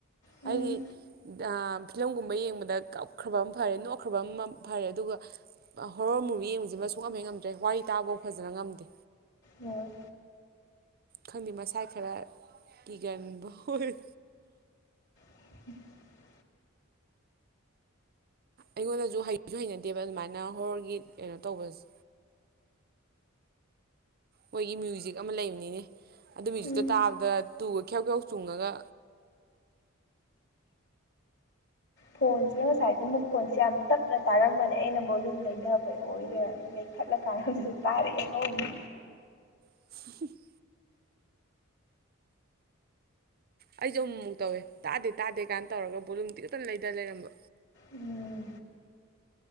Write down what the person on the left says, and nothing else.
ꯎꯝ
ꯑꯣꯝ
<unintelligible>
ꯎꯝ
ꯐꯣꯟꯁꯦ ꯉꯁꯥꯏꯗꯤ ꯃꯈꯣꯟꯁꯦ ꯌꯥꯝ ꯇꯞꯅ ꯇꯥꯔꯝꯕꯅꯦ ꯑꯩꯅ ꯕꯣꯂꯨꯝ ꯂꯩꯗꯕꯩ ꯑꯣꯏꯔꯦ ꯅꯩꯊꯠꯂꯀꯥꯟꯗ ꯍꯧꯖꯤꯛꯁꯨ ꯇꯥꯔꯛꯑꯦ ꯍꯧꯅ
ꯎꯝ